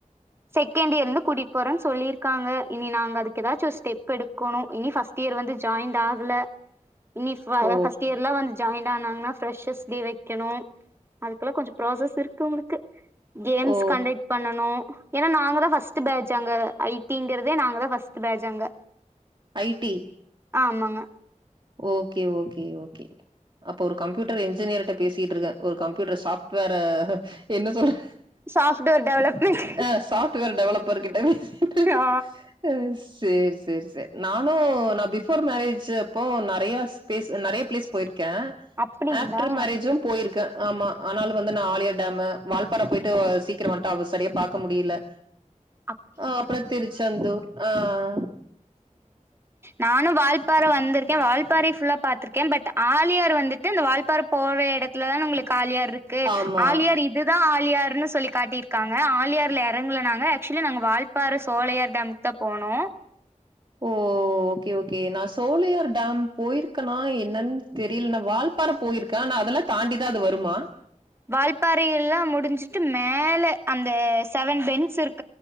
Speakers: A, on the right; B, on the right.
A: செகண்ட் இயர்லருந்து கூட்டிட் போறன் சொல்லிருக்காங்க இனி நாங்க அதுக்கு ஏதாச்சு ஒரு ஸ்டெப் எடு க்கோனு இனி ஃபஸ்ட் இயர் வந்து ஜாயிண்ட் ஆகல இனி ஃப்
B: ஓ
A: ஃபஸ்ட்டு இயர்லா வந்து ஜாய் ய்ண்ட் ஆனாங்ன்னா ப்ரெஸ்ஸெஸ் வைக்கணு அதுக்குல்லா கொஞ்சோ ப்ராசஸ் இருக்கு உங்ளுக்கு கேம்ஸ்
B: ஓ
A: கண்டக்ட் பண்ணனு ஏன்னா நாங்கதா பஸ்ட்டு பேஜ் அங்க ஐ டி ங்றதே நாங்க தா பஸ்ட்டு பேஜ் அங்க
B: ஐ டி
A: ஆமாங்க
B: ஓகே ஓகே ஓகே அப்ப ஒரு கம்ப்யூட்டர் இன்ஜினியர்ட்ட பேசிட்ருக்கே ஒரு கம்ப்யூட்டர் சாஃப்ட் ட்வேர என்ன சொல்ற
A: சாஃப்ட்வேர் டெவலப்மெண்ட்
B: ஆ சாஃப்ட் ட்டுவேர் டெவலப்பர் கிட்ட பேசிகிட்ருக்கே
A: ஆ
B: அ சேர் சேர் சேர் நானு நா பிஃபோர் மேரேஜு அப்போ நெறையா ஸ்பேஸ் நெறைய ப்ளேஸ் போய்ருக்கே
A: அப்டிங்களா
B: ஆப்டர் மேரேஜும் போயிருக்கே ஆமா ஆனாலு வந்து நா ஆழியார் டேமு வால்பாற போயிட்டு சீக்ரோ வன்ட்டா அவ சரியா பாக்க முடியல
A: உ
B: ஆ அப்றோ திருச்சந்தூர் ஆ ஆ
A: நானு வால்பாற வந்துருக்கே வால்பறை ஃபுல்லா பாத்துருக்கே பட் ஆழியார் வந்துட் ட்டு இந்த வால்பாற போற எடத்துல தான உங்களுக்கு ஆழியார் இருக்கு
B: ஆமா
A: ஆழியார் இப் இது தா ஆலியாருன்னு சொல்லி காட்டி இருக்காங்க ஆழியார்ல எறங்கல நாங்க ஆக்சுவலி நாங்க வால்பாற சோலையார் டேம் த்த போனோ
B: ஓ ஓகே ஓகே நா சோலையார் டேம் போயிருக்கனா என்னன்னு தெரியல நா வால்பாற போயிருக்கே ஆனா அதெல்லா தாண்டி தா அது வருமா
A: வால்பாறை எல்லா முடுஞ்சுட்டு மேல அந்த செவன் பென்ஸ் இருக்